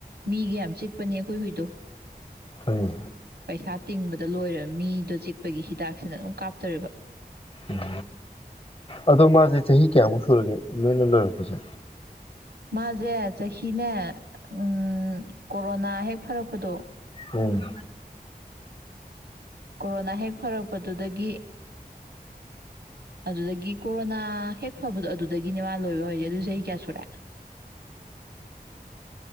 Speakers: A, on the right (about 90°); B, on the left (about 35°).
A: ꯃꯤꯒ ꯌꯥꯝ ꯆꯤꯛꯄꯅꯤ ꯑꯈꯣꯏ ꯍꯨꯏꯗꯣ
B: ꯍꯣꯏꯅꯦ
A: ꯄꯩꯁꯥ ꯇꯤꯡꯕꯗ ꯂꯣꯏꯔ ꯃꯤꯗꯣ ꯆꯤꯛꯄꯒꯤ ꯍꯤꯗꯥꯛ ꯁꯤꯅ ꯑꯗꯨꯝ ꯀꯥꯞꯇꯣꯔꯤꯕ
B: ꯎꯝ ꯑꯗꯣ ꯃꯥꯖꯦ ꯆꯍꯤ ꯀꯌꯥꯃꯨꯛ ꯁꯨꯔꯒꯦ ꯅꯣꯏꯅ ꯂꯣꯏꯔꯛꯄꯖꯦ
A: ꯃꯥꯖꯦ ꯆꯍꯤꯅꯦ ꯎꯝ ꯀꯣꯔꯣꯅꯥ ꯍꯦꯛ ꯐꯔꯛꯄꯗꯣ
B: ꯎꯝ
A: ꯀꯣꯔꯣꯅꯥ ꯍꯦꯛ ꯐꯔꯛꯄꯗꯨꯗꯒꯤ ꯑꯗꯨꯗꯒꯤ ꯀꯣꯔꯣꯅꯥ ꯍꯦꯛ ꯐꯕꯗꯣ ꯑꯗꯨꯗꯒꯤꯅꯦ ꯃꯥ ꯂꯣꯏꯕ ꯍꯧꯏ ꯖꯦ ꯑꯗꯨ ꯆꯍꯤ ꯀꯌꯥ ꯁꯨꯔꯦ